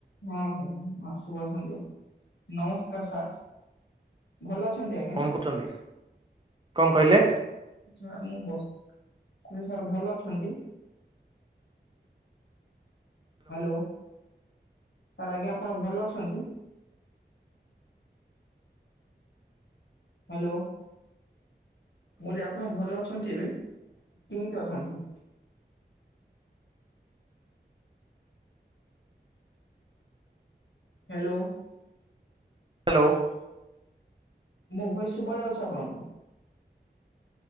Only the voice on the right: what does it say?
କଣ କରୁଛନ୍ତି? କଣ କହିଲେ?
<unintelligible>